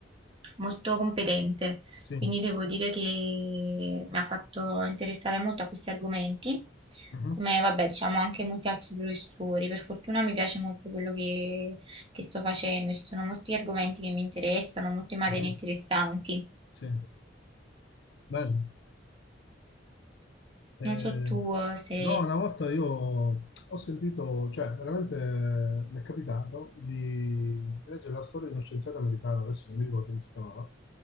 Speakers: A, on the right; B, on the left.
A: molto competente,
B: sì.
A: quindi devo dire che mi ha fatto interessare molto a questi argomenti,
B: Mhm,
A: come vabbè, diciamo anche molti altri professori. Per fortuna mi piace molto quello che, che sto facendo, ci sono molti argomenti che mi interessano, molte materie
B: mhm.
A: interessanti.
B: Sì, bello. Eh,
A: Non so tu eh, se...
B: no, una volta io ho sentito, cioè veramente eh, mi è capitato di leggere la storia di uno scienziato americano, adesso non mi ricordo come si chiamava.